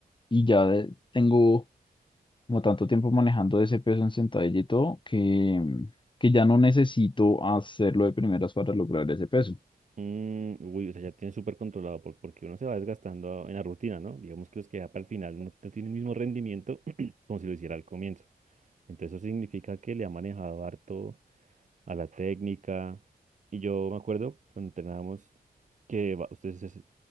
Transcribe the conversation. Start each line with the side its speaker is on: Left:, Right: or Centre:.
Left: y ya de- tengo como tanto tiempo manejando ese peso en sentadilla y todo, que, que ya no necesito hacerlo de primeras para lograr ese peso.
Right: Mm, uy, o sea, ya tiene súper controlado por- porque uno se va desgastando en la rutina, ¿no? Digamos que los que ya para el final no, no tienen el mismo rendimiento <clears throat> como si lo hiciera al comienzo. Entonces eso significa que le ha manejado harto a la técnica. Y yo me acuerdo cuando entrenábamos que va- usted se- se-